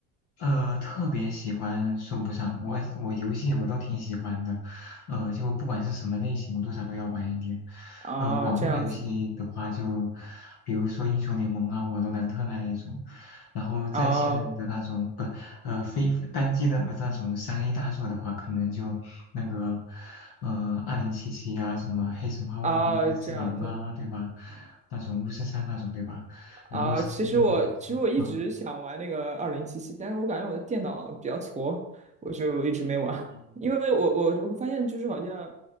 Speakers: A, on the left; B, on the right.
A: 呃，特别喜欢说不上，我我游戏我倒挺喜欢的，呃，就不管是什么类型，我多少都要玩一点。
B: 啊、
A: 呃，网络游戏的话就，
B: 这样子，
A: 比如说英雄联盟啊、瓦罗兰特那一种，然后在线的那种不，
B: 啊、
A: 呃，非单机的那种三 A 大作的话，可能就那个，呃，二零七七啊，什么黑神话悟空啊、
B: 啊、
A: 只狼啊，
B: 这样子。
A: 对吧？那种巫师三那种，对吧？然后新鲜类的游戏，
B: 啊，其实我其实我一直想玩那个二零七七，
A: 啊。
B: 但是我感觉我的电脑比较矬，我就一直没玩。
A: 哦
B: <laughs> 因为我我我发现就是好像